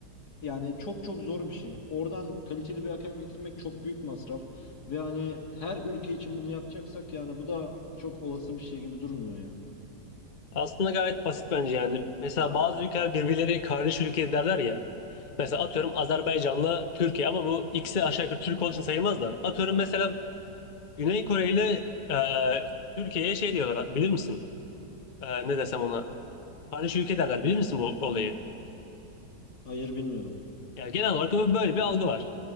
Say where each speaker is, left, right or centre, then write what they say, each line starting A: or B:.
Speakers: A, on the left; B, on the left.
A: yani çok çok zor bir şey. Oradan kaliteli bir hakem getirmek çok büyük masraf. Ve hani her ülke için bunu yapacaksak yani bu da çok olası bir şey gibi durmuyor yani.
B: Aslında gayet basit bence yani. Mesela bazı ülkeler birbirleri kardeş ülke derler ya. Mesela atıyorum Azerbaycan'la Türkiye ama bu ikisi aşağı yukarı Türk olduğu için sayılmaz da. Atıyorum mesela Güney Kore ile e, Türkiye'ye şey diyorlar bilir misin? E, ne desem ona? Kardeş ülke derler bilir misin bu olayı?
A: Hayır bilmiyorum.
B: Yani genel olarak böyle bir algı var.